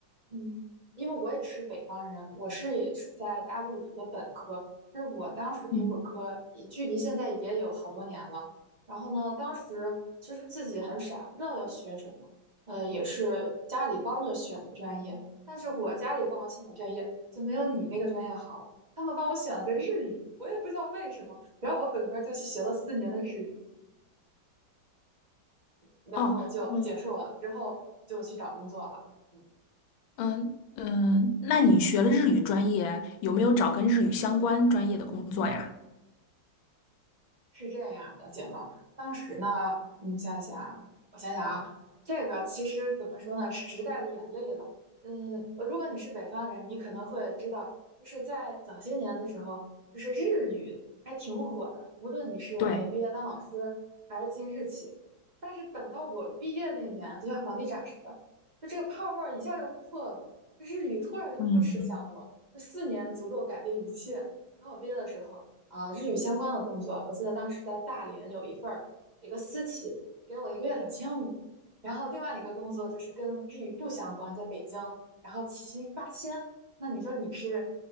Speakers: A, on the right (about 25°); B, on the left (about 80°).
A: 嗯，因为我也是北方人，我是也是在大陆读的本科，但是我当时读本科，
B: 嗯，
A: 也距离现在也有好多年了。然后呢，当时其实自己很傻，不知道要学什么，呃，也是家里帮着选的专业，但是我家里帮我选的专业就没有你那个专业好了，他们帮我选了个日语，我也不知道为什么，然后我本科就去学了四年的日语。然后就结束了，
B: 哦，我
A: 之后就去找工作了。嗯
B: 嗯嗯，那你学了日语专业，有没有找跟日语相关专业的工作呀？
A: 是这样的，姐妹儿，当时呢，你想想，我想想啊，这个其实怎么说呢，时代的眼泪了。嗯，如果你是北方人，你可能会知道，就是在早些年的时候，就是日语还挺火的，无论你是哎毕业当老师，
B: 对，
A: 还是进日企。但是等到我毕业那年，就像房地产似的，就这个泡沫儿一下就破了，就日语突然就不吃香了。
B: 嗯，
A: 就四年足够改变一切。等我毕业的时候。啊，日语相关的工作。我记得当时在大连有一份儿，一个私企给我一个月两千五，然后另外一个工作就是跟日语不相关，在北京，然后起薪八千。那你说你是